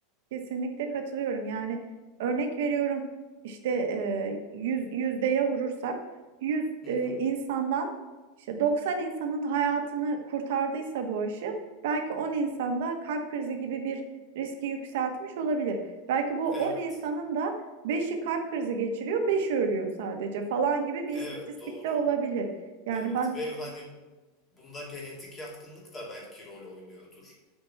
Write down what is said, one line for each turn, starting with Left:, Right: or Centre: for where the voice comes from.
Right: Kesinlikle katılıyorum. Yani örnek veriyorum işte e, 100 yüzdeye vurursak 100
Left: Hı
Right: e,
Left: hı.
Right: insandan işte 90 insanın hayatını kurtardıysa bu aşı belki 10 insanda kalp krizi gibi bir riski yükseltmiş olabilir. Belki bu
Left: Evet.
Right: 10 insanın da beşi kalp krizi geçiriyor, beşi ölüyor sadece falan gibi bir
Left: Evet
Right: istatistikte
Left: doğru.
Right: olabilir. Yani
Left: Evet
Right: ben
Left: ve hani bunda genetik yatkınlık da belki rol oynuyordur.